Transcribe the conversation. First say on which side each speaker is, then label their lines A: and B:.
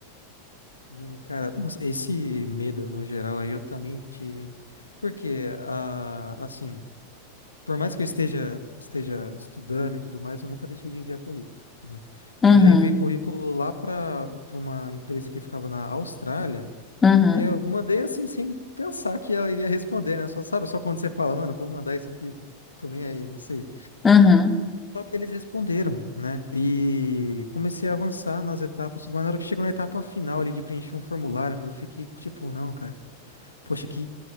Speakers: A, on the left; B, on the left.
A: Hum, Cara, nossa, esse medo no geral aí eu também tive, hein? Porque, ah, assim, por mais que eu esteja, esteja estudando e tudo mais, eu nunca deixei de enviar currículo, né?
B: Uhum,
A: Eu já enviei currículo lá para para uma empresa que ficava na Austrália
B: uhum,
A: e eu mandei assim, sem pensar que ela iria responder, né? Só, sabe, só quando você fala, mano, vou mandar isso aqui, tô nem aí, não sei.
B: uhum. O
A: Só que eles responderam, né? E comecei a avançar nas etapas, mas na hora que chegou na etapa final ali de preencher um formulário, meu, eu fiquei tipo, não, cara, poxa, que,